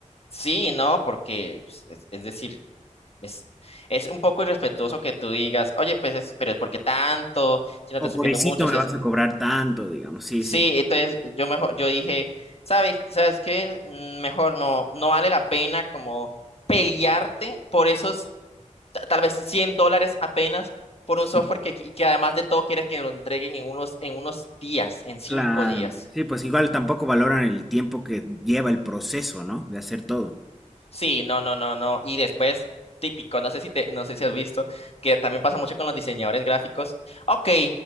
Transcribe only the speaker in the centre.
O
pobrecito
me vas a cobrar tanto, digamos. Sí,
sí.
Sí,
Claro.
Sí, pues igual tampoco valoran el tiempo que lleva el proceso, ¿no? De hacer todo.